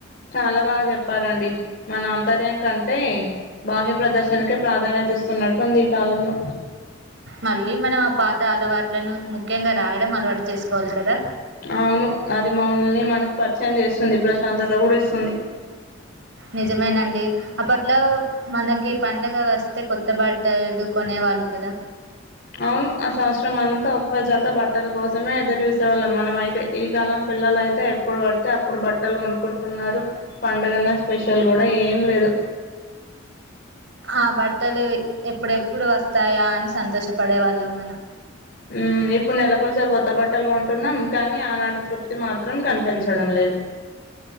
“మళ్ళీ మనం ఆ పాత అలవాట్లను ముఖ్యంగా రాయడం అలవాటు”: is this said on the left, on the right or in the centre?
Right